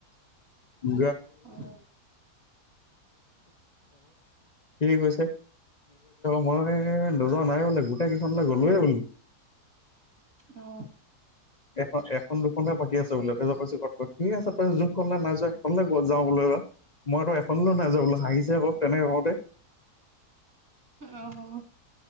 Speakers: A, on the left; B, on the right.
A: <unintelligible>
B: অ
A: সি কৈছে মই নোযোৱা নাই বোলে গোটেই কেইখনলৈ গ'লোয়ে বোলে
B: অ
A: এখন এখন দুখনহে বাকী আছে বোলে তাৰ পিছত কৈছে যোনখনলে নাই যোৱা সেইখনলে যাওঁ বোলো এইবাৰ মইতো এখন নাইযোৱা বোলো হাঁহিছে আকৌ তেনেকে কওঁতে
B: অ